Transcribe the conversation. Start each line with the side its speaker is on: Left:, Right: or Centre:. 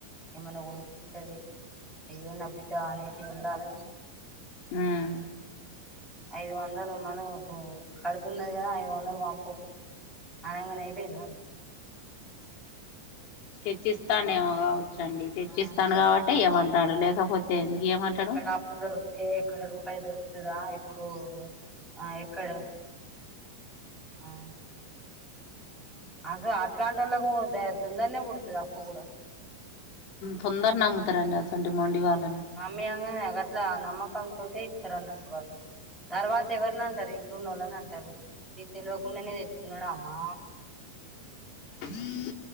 Centre: ఏమన్నా కొనుక్కుంటది అయ్యో నా <unintelligible> ఉందాల
Left: ఉమ్
Centre: ఐదు వందలు మన కడుపు ఉన్నది కదా ఐదు వందలు పంపు అనగానే వెళను
Left: తెచ్చిస్తాను ఏమో కావచ్చండి తెచ్చిస్తాను
Centre: ఆ
Left: కాబట్టి ఏమంట తాడలే లేకపోతే ఎందుకు ఇయ్యమంటాడు
Centre: ఎక్కడ అప్పులు దొరుకుతాయి ఇక్కడ రూపాయి దొరుకుతుందా ఇప్పుడు ఆ ఎక్కడ ఆ అస అట్లాంటి వాళ్ళకు తొండరగా పుదతధి అప్ప కూడాడా
Left: తొందర నమ్ముతారండి అసొంటి మొండి వాళ్ళను
Centre: మమ్మీ అంగనే అ నమ్మకం తోటే ఇత్తరు అన్నట్టు వాళ్ళు తర్వాత ఎవరిని అంటారు ఇంట్లోన్న వాళ్ళని అంటారు నీకు తెలివకుండనే తెచ్చుకున్నాడా అమ్మా
Left: ఈ <inaudible>